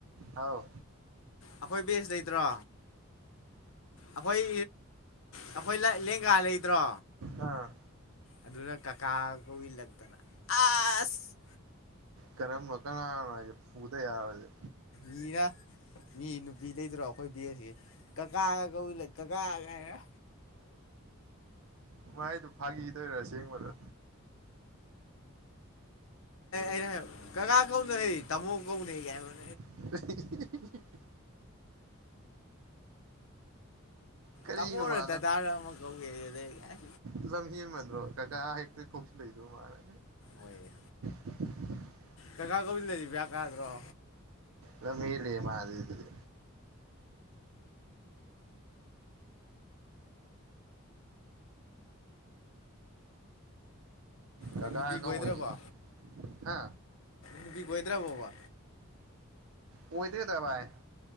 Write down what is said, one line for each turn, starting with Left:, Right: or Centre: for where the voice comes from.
Right: ꯑꯥꯎ
Left: ꯑꯩꯈꯣꯏ ꯕꯦꯖ ꯂꯩꯇ꯭ꯔꯣ ꯑꯩꯈꯣꯏ ꯑꯩꯈꯣꯏ ꯂꯦꯡꯒꯥ ꯂꯩꯗ꯭ꯔꯣ
Right: ꯑꯥ
Left: ꯑꯗꯨꯅ ꯀꯀꯥ ꯀꯧꯏꯜꯂꯛꯇꯅ ꯑꯁ
Right: ꯀꯔꯝꯕ ꯀꯔ ꯍꯅꯣꯁꯦ ꯐꯨꯗ ꯌꯥꯔꯣꯏꯁꯦ
Left: ꯃꯤꯔ ꯃꯤ ꯅꯨꯄꯤ ꯂꯩꯇ꯭ꯔꯣ ꯑꯩꯈꯣꯏ ꯕꯦꯁꯁꯤ ꯀꯀꯥꯒ ꯀꯧꯏ ꯂꯩ ꯀꯀꯥꯒꯥꯏꯔ
Right: ꯎ <unintelligible> ꯃꯥꯏꯗꯨ ꯐꯥꯒꯤꯗꯣꯏꯔ ꯁꯦꯡꯕꯗ
Left: ꯩꯅ ꯀꯒꯥꯥ ꯀꯧ ꯅ ꯍ ꯇꯃꯣ ꯀꯧ ꯅ ꯍ ꯀ
Right: <unintelligible> ꯀꯔꯤꯅꯣ
Left: ꯇꯕꯣꯜꯠꯇ
Right: ꯃꯥ
Left: ꯇꯥꯔ ꯑꯃ ꯀꯧ ꯌꯦꯔꯤꯦ
Right: ꯏꯂꯝ ꯍ ꯃꯅꯣ ꯀꯥꯀ ꯍꯦꯛꯇ ꯈꯨꯁꯨ ꯂꯗ ꯃꯥꯔ
Left: ꯑꯣꯏꯣꯏ
Right: <unintelligible>
Left: ꯀꯀꯥ ꯀꯣꯕꯤꯟꯗꯤ ꯕꯔ ꯀꯥꯗ꯭ꯔꯣ
Right: ꯂꯝꯍꯦꯜꯂꯦ ꯃꯥꯗꯤ ꯑꯗꯨꯗꯤ ꯀꯀꯥ
Left: ꯅꯪ ꯅꯨꯄꯤꯡ
Right: ꯀꯧꯕꯩꯅꯤ
Left: ꯒꯣꯏꯗ꯭ꯔꯕ
Right: ꯍꯥ
Left: ꯅꯨꯄꯤ ꯒꯣꯏꯗ꯭ꯔꯥꯕꯣꯕ
Right: ꯑꯣꯏꯣꯏꯗꯦꯗ ꯚꯥꯏ